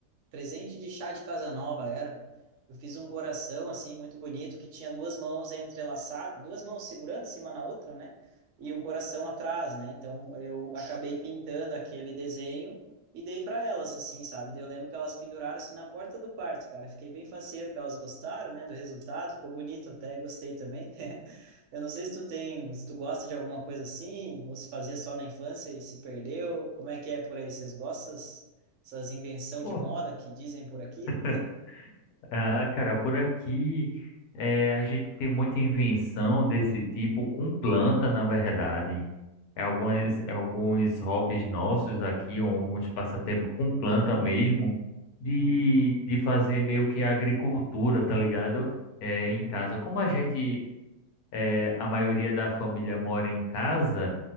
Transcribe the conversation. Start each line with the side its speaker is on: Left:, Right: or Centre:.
Right: Presente de chá de Casanova era. Eu fiz um coração assim muito bonito que tinha duas mãos entrelaçadas, duas mãos segurando assim uma na outra, né? E um coração atrás, né? Então eu acabei pintando aquele desenho e dei para elas assim, sabe? Daí eu lembro que elas penduraram assim na porta do quarto, cara. Fiquei bem faceiro que elas gostaram, né, do resultado, ficou bonito até, gostei também. Eu não sei se tu tem, se tu gosta de alguma coisa assim, ou se fazia só na infância e se perdeu. Como é que é por aí? Vocês gostam dessas invenção
Left: Pô,
Right: de moda que dizem por aqui?
Left: <laughs> ah, cara, por aqui eh, a gente tem muita invenção desse tipo com planta, na verdade. É Algumas, alguns hobbies nossos aqui, ou alguns passatempos com planta mesmo. de,
Right: Uhum,
Left: de fazer meio que agricultura, tá ligado? É,
Right: uhum,
Left: em casa. Como a gente, é, a maioria da família mora em casa,